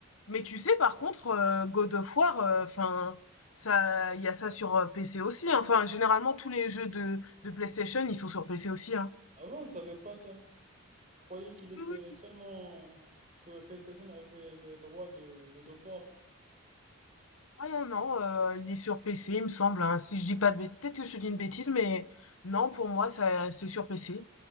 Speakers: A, on the left (about 75°); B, on the right (about 35°).
A: mais tu sais, par contre, euh, God of War, enfin, ça, il y a ça sur euh, PC aussi. hein. Enfin, généralement, tous les jeux de, de PlayStation, ils sont sur PC aussi. Hein.
B: Avant, je savais pas ça. Je croyais qu'il était
A: Oui, oui.
B: seulement que PlayStation avait les droits de God of War.
A: Ah non, non, euh, il est sur PC, il me semble. hein. Si je dis pas de bêtises, peut-être que je te dis une bêtise, mais non, pour moi, ça, c'est sur PC.